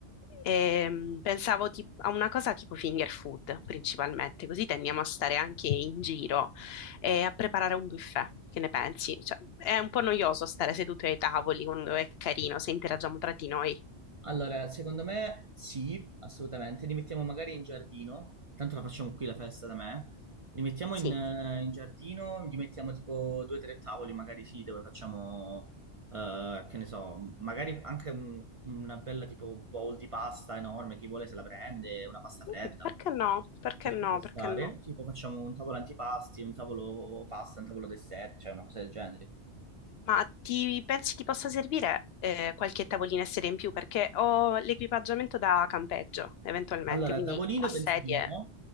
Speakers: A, on the left; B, on the right.
A: Ehm, pensavo tip- a una cosa tipo finger food principalmente, così tendiamo a stare anche in giro e a preparare un buffet. Che ne pensi? Cioè, è un po' noioso stare seduti ai tavoli quando è carino, se interagiamo tra di noi.
B: Allora, secondo me sì, assolutamente. Li mettiamo magari in giardino, tanto la facciamo qui la festa da me. Li mettiamo
A: Sì,
B: in, eh, in giardino, gli mettiamo tipo due o tre tavoli, magari sì, dove facciamo, eh, che ne so, magari anche un- una bella tipo bowl di pasta enorme, chi vuole se la prende, una pasta fredda
A: Mm, perché no? Perché
B: che ci
A: no?
B: può stare.
A: Perché no?
B: Tipo facciamo un tavolo antipasti, un tavolo pasta, un tavolo dessert, cioè una cosa del genere.
A: Ma ti pensi ti possa servire eh, qualche tavolina e sedia in più? Perché ho l'equipaggiamento da campeggio, eventualmente,
B: Allora,
A: quindi
B: tavolino
A: a sedie
B: penso di no,